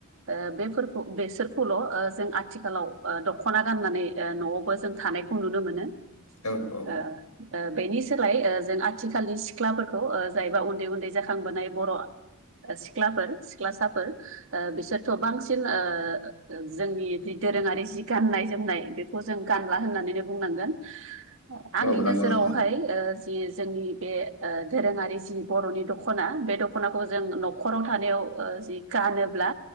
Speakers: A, on the right (about 60°); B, on the left (about 85°).
A: ओ बेफोरखौ बेसोरखौल' जों आ आथिखालाव ओ दख'ना गाननानै ओ न'आवबो जों थानायखौ नुनो मोनो
B: औ औ
A: ओ ओ बेनि सोलाय ओ जों आथिखालनि सिख्लाफोरखौ जायबा उन्दै उन्दै जाखांबोनाय बर' सिख्लाफोर सिख्लासाफोर ओ बिसोरथ' बांसिन ओ जोंनि दोरोङारि जि गाननाय जोमनाय बेखौ जों गानला होननानैनो बुंनांगोन आंनि
B: औ नंगौ
A: नोजोरावहाय
B: नोंथां
A: ओ जि जोंनि बे ओ दोरोङारि जि बर'नि दख'ना बे दख'नाखौ जों न'खराव थानायाव ओ जि गानोब्ला